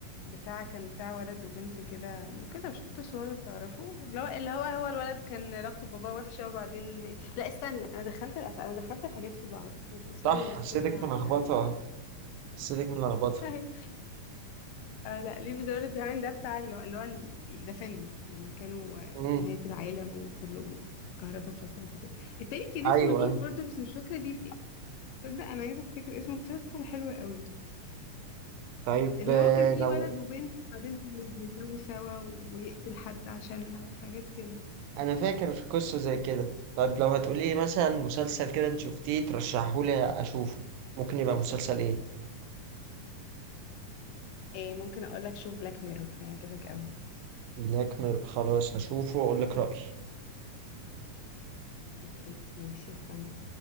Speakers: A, on the left; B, on the right.
A: بتاع كان بتاع ولد وبنت كده ممكن لو شفتوا صوره تعرفوا اللي هو اللي هو هو الولد كان علاقته بباباه وحشة وبعدين لا استنى انا دخلت الأف... انا دخلت الحاجات في بعض سوري
B: صح حسيتك
A: سوري يا
B: ملخبطة
A: يا عز
B: حسيتك ملخبطة
A: <laughs> أيوة. آه لا ليه بيزور بيهايند ده بتاع اللي هو اللي هو ال- ده فيلم لما كانوا آه،
B: امم
A: نهاية العالم وكله الكهرباء فصلت وكده التاني كان
B: أيوه
A: اسمه ليف
B: أيوه.
A: برضه بس مش فاكرة ليف ايه تصدق انا عايزة افتكر اسمه مسلسل حلو قوي
B: طيب
A: اللي
B: آه،
A: هو كان فيه
B: لو
A: ولد وبنت وبعدين بيتجوزوا سوا ويقتل حد عشانها وحاجات كده
B: أنا فاكر في قصة زي كده طيب لو هتقولي مثلا مسلسل كده أنت شفتيه ترشحهولي أشوفه ممكن يبقى مسلسل إيه؟
A: إيه ممكن اقول لك شوف بلاك ميرور هيعجبك قوي
B: بلاك ميرور خلاص هشوفه وأقول لك رأيي
A: اوكي ماشي استنى